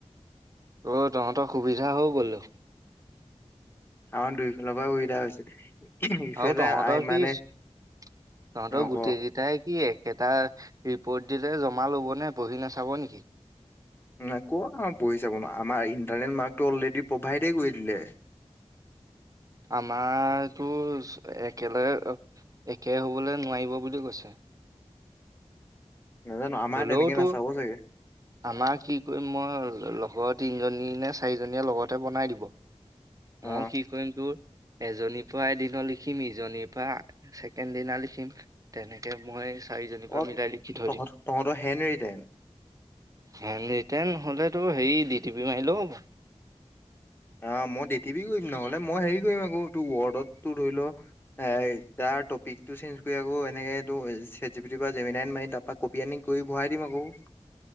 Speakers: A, on the right (about 30°); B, on the left (about 20°).
A: অ', তহঁতৰ সুবিধা হৈ গ'ল দেখোন।
B: আমাৰ দুইফালৰ পৰা সুবিধা হৈছে। ইফালে
A: আৰু তহঁতৰ
B: আই
A: কি
B: মানে
A: তহঁতৰ
B: অ
A: গোটেই
B: ক
A: কেইটাই কি এ একেটা ৰিপৰ্ট দিলে জমা ল'বনে, পঢ়ি নাচাব নেকি?
B: নাই ক'ত আমাৰ বহি চাব ন', আমাৰ ইণ্টাৰনেট মাৰ্কটো অলৰেডি প্ৰভাইডে কৰি দিলে।
A: আমাৰতো একেলগ একে হ'বলৈ নোৱাৰিব বুলি কৈছে।
B: নাজানো। আমাৰ
A: হ'লেও
B: তেনেকে
A: তোৰ
B: নাচাব চাগে।
A: আমাৰ কি কৰিম মই লগৰ তিনিজনী নে চাৰিজনীয়ে লগতে বনাই দিব। মই
B: অ
A: কি কৰিম তোৰ এজনী পুৱা এদিনো লিখিম, ইজনীৰ পৰা ছেকেণ্ড দিনা লিখিম তেনেকে মই চাৰিজনীৰ
B: অ
A: পৰা মিলাই লিখি থৈ
B: তহঁত
A: দিম।
B: তহঁতৰ হেনৰিটেন?
A: হেনৰিটেন নহ'লে তোৰ হেৰি ডি টি পি মাৰিলেও হ'ব।
B: অ' মই ডি টি পি কৰি দিম, নহ'লে মই হেৰি কৰিম আকৌ তোৰ বডৰ্ত তোৰ ধৰি ল এ, তাৰ টপিকটো চেঞ্জ কৰি আকৌ এনেকে তোৰ চেট জিপিটিৰপৰা জেমিনাইত মাৰি তাপাক কপি আনি কৰি ভৰাই দিম আকৌ।